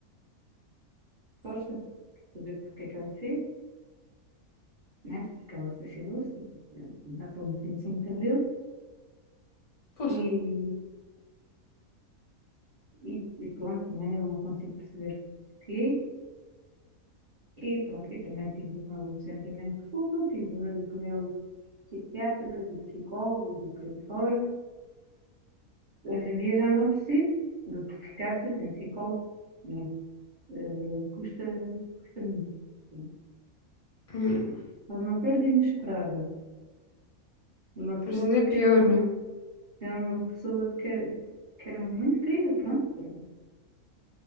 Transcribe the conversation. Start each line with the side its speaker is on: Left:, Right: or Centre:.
Right: força de saber porque é que ela fez, né? Porque ela se suicidou-se eh, na ponte de 25 de Abril
Left: Poxa,
Right: e, e, e pronto, né? Eu não consigo perceber porquê. E pronto, e também tive o meu sentimento de culpa, tive os meus psiquiatras e psicólogos e por aí fora. Hoje em dia já não preciso de psiquiatras nem psicólogos, mas eh, custa, custa muito. Sim.
Left: hum,
Right: Foi uma perda inesperada de uma pessoa
Left: mas ainda é pior,
Right: que era,
Left: né?
Right: era uma pessoa que era, que era muito querida, pronto, era-